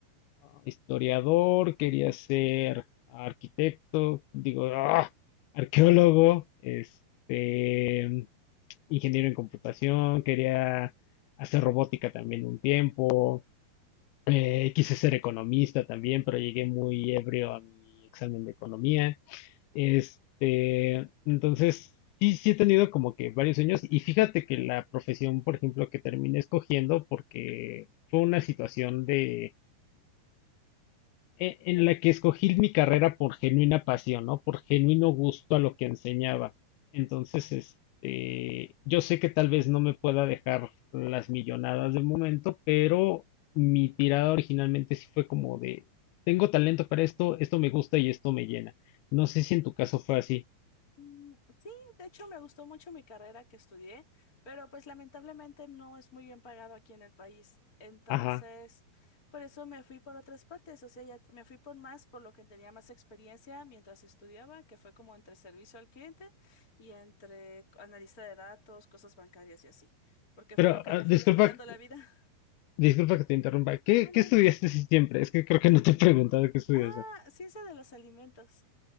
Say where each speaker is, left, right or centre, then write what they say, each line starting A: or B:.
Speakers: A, on the left; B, on the left.
A: ah, historiador, quería ser arquitecto, digo, ah, arqueólogo, este ingeniero en computación, quería hacer robótica también un tiempo, eh, quise ser economista también, pero llegué muy ebrio a mi examen de economía. Este, entonces, sí, sí he tenido como que varios sueños y fíjate que la profesión, por ejemplo, que terminé escogiendo porque fue una situación de e- en la que escogí mi carrera por genuina pasión, ¿no? Por genuino gusto a lo que enseñaba. Entonces, este, yo sé que tal vez no me pueda dejar las millonadas de momento, pero mi tirada originalmente sí fue como de, tengo talento para esto, esto me gusta y esto me llena. No sé si en tu caso fue así.
B: Mm, Sí, de hecho me gustó mucho mi carrera que estudié, pero pues lamentablemente no es muy bien pagado aquí en el país. Entonces,
A: Ajá.
B: por eso me fui por otras partes, o sea, ya t- me fui por más, por lo que tenía más experiencia mientras estudiaba, que fue como entre servicio al cliente y entre analista de datos, cosas bancarias y así, porque
A: Pero
B: fue lo que
A: ah,
B: me
A: disculpa,
B: fue encaminando la vida. <laughs>
A: disculpa que te interrumpa. ¿Qué,
B: Mande.
A: qué estudiaste si siempre? Es que creo que no te he preguntado qué estudiaste.
B: Ah, ciencia de los alimentos.